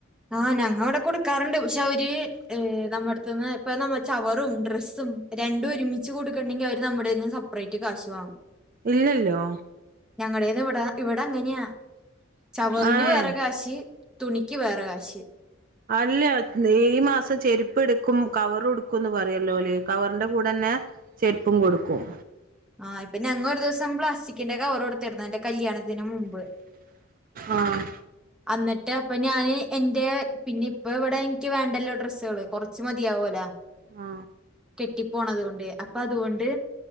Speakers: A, in the centre; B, on the right (about 45°).
A: ആഹ് ഞങ്ങ ഇവിടെ കൊടുക്കാറുണ്ട് പക്ഷെ അവര് നമ്മടുത്തന്ന് ഇപ്പൊ നമ്മ ചവറും ഡ്രസ്സും രണ്ടും ഒരുമിച്ച് കൊടുക്കണ്ടെങ്കി അവര് നമ്മടെന്ന് സെപ്പറേറ്റ് കാശു വാങ്ങും
B: ഇല്ലല്ലോ
A: ഞങ്ങളടേത് ഇവിടെ ഇവിടെ അങ്ങനെയാ ചവറിന്
B: ഏഹ്
A: വേറെ കാശ് തുണിക്ക് വേറെ കാ ശ്
B: അല്ല ഈ മാസം ചെരുപ്പ് എടുക്കും കവറു എടുക്കുന്ന് പറയല്ലോ ഓല്, കവറിന്റെ കൂടന്നെ ചെരുപ്പും കൊടുക്കും.
A: ആ ഇപ്പ ഞങ്ങ ഒരു ദിവസം പ്ലസ്റ്റിക്കിന്റെ കവർ കൊടു ത്തിർന്നു എന്റെ കല്യാണത്തിന് മുമ്പ്.
B: ആഹ്
A: അന്നിട്ട് അപ്പ ഞാന് എന്റെ പിന്നെ ഇപ്പ ഇവിടെ നിക്ക് വേണ്ടല്ലോ ഡ്രസ്സുകള് കൊറച്ച് മതിയാവുല്ലോ.
B: ആ
A: കെട്ടിപ്പോണതു കൊണ്ട് അപ് അപ്പ അതുകൊണ്ട്